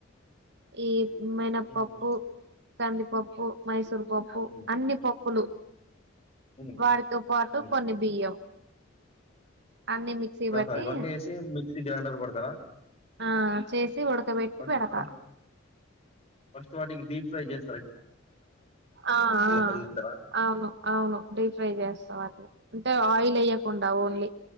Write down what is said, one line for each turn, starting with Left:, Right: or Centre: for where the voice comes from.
Right: ఈ మినపప్పు
Left: హ్మ్.
Right: కందిపప్పు మైసూర్ పప్పు
Left: హ్మ్.
Right: అన్ని పప్పులు
Left: హ్మ్.
Right: వారితో పాటు
Left: హ్మ్.
Right: కొన్ని బియ్యం అన్ని మిక్సీ బట్టి
Left: ఆహా ఇవన్నీ ఏ సి మిక్స్ పిండిలా నల కొడతారా
Right: ఆ చేసి ఉడకబెట్టి
Left: బ
Right: పెడతా
Left: బస్ ఫస్ట్ వాటికి డీప్ ఫ్రై చేస్త
Right: ఆ ఆ
Left: కదిలిస్తారా
Right: అవును అవును డీప్ ఫ్రై చేస్తావు అది అంటే ఆయిల్ ఎయ్యకుండా ఓన్లీ